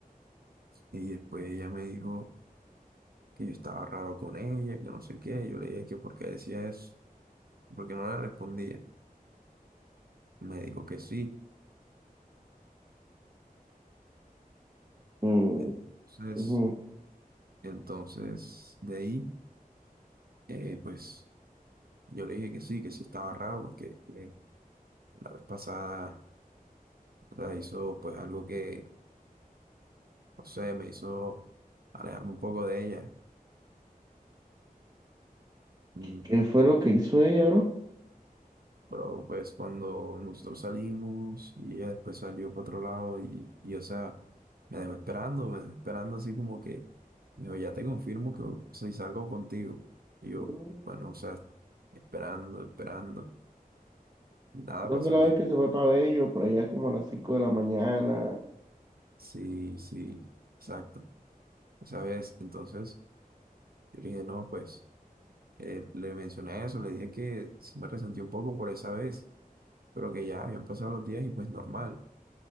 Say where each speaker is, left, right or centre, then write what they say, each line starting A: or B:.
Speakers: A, on the right; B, on the right.
A: Y después ella me dijo que yo estaba raro con ella, que no sé qué. Yo le dije que por qué decía eso, porque no le respondía. Me dijo que sí.
B: Mm,
A: Entonces,
B: ujú.
A: entonces, de ahí, eh, pues. Yo le dije que sí, que sí estaba raro porque que la vez pasada o sea, hizo pues algo que, no sé, me hizo alejarme un poco de ella. Mm,
B: ¿Qué, qué fue lo que hizo ella, bro?
A: Pero pues cuando nosotros salimos y ella después salió para otro lado y, y o sea, me dejó esperando, me dejó esperando así como que, me dijo, ya te confirmo que o sea, si salgo contigo. Y yo,
B: Mm,
A: bueno, o sea, esperando, esperando. Y nada,
B: Creo
A: pasó
B: que la
A: el día.
B: vez que se fue para Bello, por allá como a las 5 de la mañana.
A: Sí, sí, exacto. Esa vez, entonces, yo le dije, no, pues. Eh, le mencioné eso, le dije que sí me resentí un poco por esa vez, pero que ya habían pasado los días y pues normal.